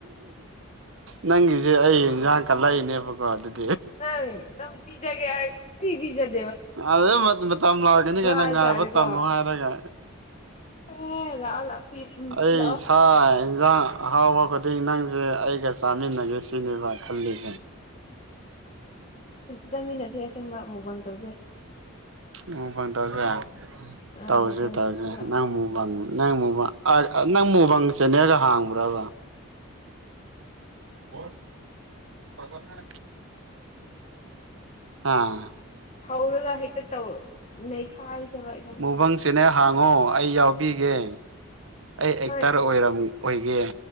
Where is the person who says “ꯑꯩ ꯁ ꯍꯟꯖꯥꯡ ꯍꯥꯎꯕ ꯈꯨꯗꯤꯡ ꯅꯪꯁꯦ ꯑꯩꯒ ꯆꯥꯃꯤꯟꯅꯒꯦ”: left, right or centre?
Right